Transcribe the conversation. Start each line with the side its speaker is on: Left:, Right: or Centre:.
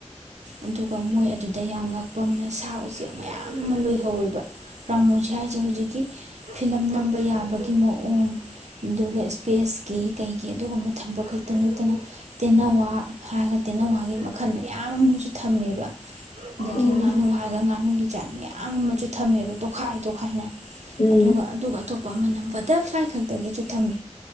Right: ꯑꯗꯨꯒ ꯃꯣꯏ ꯑꯗꯨꯗ ꯌꯥꯝ ꯉꯛꯄ ꯑꯃꯅ ꯁꯥ ꯎꯆꯦꯛ ꯃꯌꯥꯝ ꯑꯃ ꯂꯣꯏꯍꯧꯋꯦꯕ ꯔꯥꯃꯣꯁꯤ ꯍꯥꯏꯁꯦ ꯍꯧꯖꯤꯛꯀꯤ ꯐꯤꯂꯝ ꯅꯝꯕ ꯌꯥꯕꯒꯤ ꯃꯑꯣꯡ ꯑꯗꯨꯒ ꯏꯁꯄꯦꯁꯀꯤ ꯀꯩꯒꯤ ꯊꯝꯕ ꯈꯛꯇ ꯅꯠꯇꯅ ꯇꯦꯅꯋꯥ ꯍꯥꯏꯔꯒ ꯇꯦꯅꯋꯥꯒꯤ ꯃꯈꯜ ꯃꯌꯥꯝ ꯑꯃꯁꯨ ꯊꯝꯃꯦꯕ ꯑꯗꯒꯤ
Left: ꯎꯝ
Right: ꯉꯥꯅꯨ ꯍꯥꯏꯔꯒ ꯉꯥꯅꯨꯒꯤ ꯖꯥꯠ ꯃꯌꯥꯝ ꯑꯃꯁꯨ ꯊꯝꯃꯦꯕ ꯇꯣꯈꯥ ꯈꯥꯏꯗꯣ ꯈꯥꯏꯅ
Left: ꯎꯝ ꯎꯝ
Right: ꯑꯗꯨꯒ ꯑꯗꯨꯒ ꯑꯄ ꯃꯅꯝ ꯕꯇꯔꯐ꯭ꯂꯥꯏ ꯈꯛꯇꯒꯤꯁꯨ ꯊꯝꯃꯤ